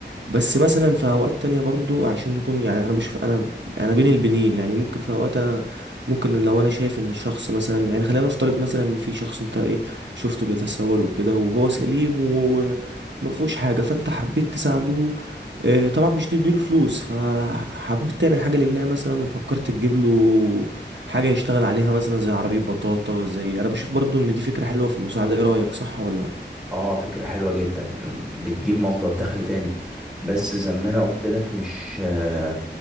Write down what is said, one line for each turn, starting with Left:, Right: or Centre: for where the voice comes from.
Right: بس مثلا في اوقات تانية برضو عشان نكون يعني انا بشوف انا انا بين البنين يعني ممكن في اوقات انا ممكن لو انا شايف ان الشخص مثلا يعني خلينا نفترض مثلا ان في شخص انت ايه شفته بيتسول وكده وهو سليم وما فيهوش حاجه فانت حبيت تساعده آه، طبعا مش تديله فلوس فحبيت تعمل حاجة لله مثلا وفكرت تجيب له حاجة يشتغل عليها مثلا زي عربية بطاطا زي أنا بشوف برضو إن دي فكرة حلوة في المساعدة إيه رأيك صح ولا لأ؟
Centre: اه فكرة حلوة جدا بتجيب مصدر دخل تاني بس زي ما انا قلت لك مش آه،